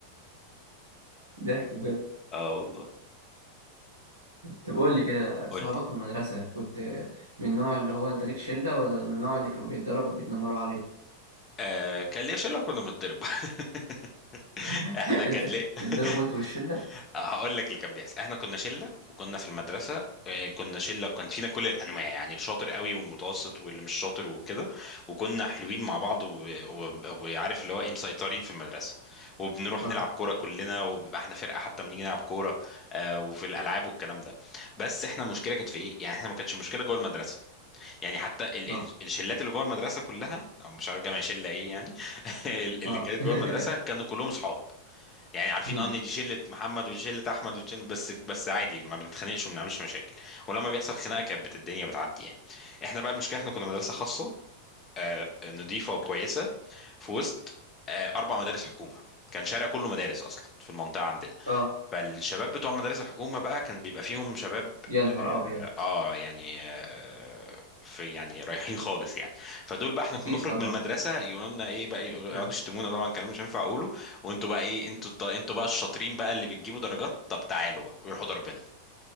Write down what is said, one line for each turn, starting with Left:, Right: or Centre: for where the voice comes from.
Right: ضحك بجد
Left: اه والله
Right: طب قول لي كده صحابك
Left: قول لي
Right: في المدرسة كنت من النوع اللي هو انت ليك شلة ولا من النوع اللي كان بيتضرب وبيتنمروا عليه
Left: آه كان ليا شله كنا بنتضرب <laughs>
Right: <laughs>
Left: احنا كان
Right: انت
Left: ليه
Right: كنت
Left: <laughs>
Right: بتتضرب وانت والشلة
Left: آه، هقول لك اللي كان بيحصل احنا كنا شله وكنا في المدرسه آه، كنا شله وكان فينا كل الانواع يعني الشاطر قوي والمتوسط واللي مش شاطر وكده وكنا حلوين مع بعض و- و- وعارف اللي هو ايه مسيطرين في المدرسه وبنروح
Right: اه اه
Left: نلعب كوره كلنا وبيبقى احنا فرقه حتى بنيجي نلعب كوره آه، وفي الالعاب والكلام ده بس احنا المشكله كانت في ايه يعني احنا ما كانتش مشكله جوه المدرسه يعني حتى ال
Right: اه
Left: ال الشلات اللي جوه المدرسه كلها أو مش عارف جامع شله ايه يعني <laughs> اللي
Right: اه
Left: كانت
Right: <laughs>
Left: جوه المدرسه كانوا كلهم اصحاب يعني عارفين
Right: مم.
Left: ان دي شله محمد ودي شله احمد ودي شلة- بس بس عادي ما بنتخانقش وما بنعملش مشاكل ولما بيحصل خناقه كانت بت- الدنيا بتعدي يعني احنا بقى المشكله احنا كنا مدرسه خاصه آه، نضيفه وكويسه في وسط آه، اربع مدارس حكومه كان شارع كله مدارس اصلا في المنطقه عندنا
Right: اه
Left: فالشباب بتوع مدارس الحكومه بقى كان بيبقى فيهم شباب
Right: يا نهار ابيض
Left: اه يعني آه، في يعني رايحين خالص يعني فدول بقى احنا
Right: اكيد
Left: كنا بنخرج
Right: طبعا
Left: من المدرسه يقولوا لنا ايه بقى يقولوا- يقعدوا
Right: مم.
Left: يشتمونا طبعا كلام مش هينفع اقوله وانتوا بقى ايه انتوا الط- انتوا بقى الشاطرين بقى اللي بتجيبوا درجات طب تعالوا بقى ويروحوا ضاربنا